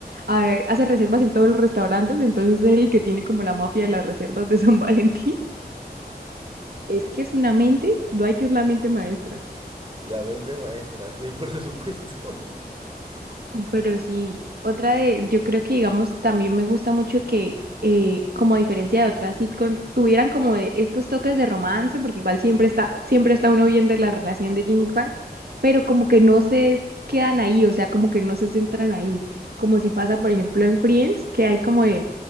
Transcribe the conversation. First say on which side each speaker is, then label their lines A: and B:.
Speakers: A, on the right; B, on the right.
A: ah, hace reservas en todos los restaurantes, entonces es el que tiene como la mafia de las reservas de San <laughs> Valentín. Es que es una mente, Dwight que es la mente maestra.
B: La mente maestra, sí, por supuesto.
A: Pero sí, otra de, yo creo que digamos, también me gusta mucho que, eh, como a diferencia de otras sitcom, tuvieran como de estos toques de romance, porque igual siempre está, siempre está uno viendo la relación de Jin y Kwan, pero como que no se quedan ahí, o sea, como que no se centran ahí, como si pasa, por ejemplo, en Friends, que hay como de